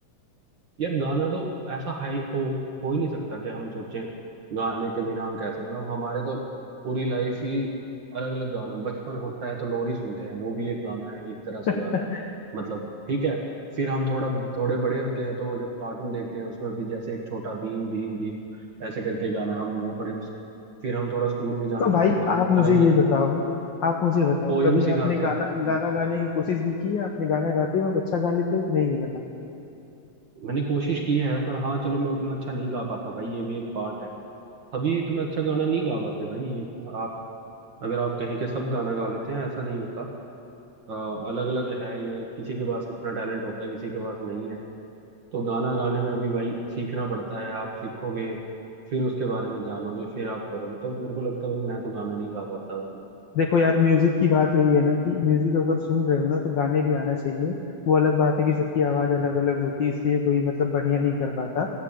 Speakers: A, on the right; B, on the left.
A: यार गाना तो ऐसा हाई हो हो ही नहीं सकता कि हम सोचें गाने के बिना हम कैसे मतलब हमारे तो पूरी लाइफ ही अलग अलग गानों में बचपन होता है तो लोरी सुनते हैं वो भी एक गाना है एक तरह से
B: <laughs>
A: गाना है मतलब ठीक है फिर हम थोड़ा थोड़े बड़े होते हैं तो जब कार्टून देखते हैं उसमें भी जैसे एक छोटा भीम भीम भीम ऐसे करके गाना है, हम वो बड़े फिर हम थोड़ा स्कूल में जाने
B: तो
A: लगते
B: भाई
A: हैं तो हमें
B: आप मुझे
A: अलग अलग
B: ये बताओ आप मुझे बताओ
A: पोएम
B: कभी
A: सिखाते
B: आपने गाना
A: हैं हाँ,
B: गाना गाने की कोशिश भी की है आपने गाना गाते हो आप अच्छा गा लेते हो कि नहीं ये
A: मैंने कोशिश की है पर हाँ चलो मैं उतना अच्छा नहीं गा पाता भाई ये भी एक पार्ट है सभी इतना अच्छा गाना नहीं गा पाते भाई ये आप अगर आप कहें कि सब गाना गा लेते हैं ऐसा नहीं होता अलग अलग है ये किसी के पास इतना टैलेंट होता है किसी के पास नहीं है तो गाना गाने में भी भाई सीखना पड़ता है आप सीखोगे फिर उसके बारे में जानोगे फिर आप करोगे तो मेरे को लगता है भाई मैं तो गाना नहीं गा पाता उतना
B: देखो यार म्यूजिक की बात यही है ना कि म्यूजिक अगर सुन रहे हो ना तो गाने भी आना चाहिए वो अलग बात है कि सबकी आवाज अलग अलग होती है इसलिए कोई मतलब बढ़िया नहीं कर पाता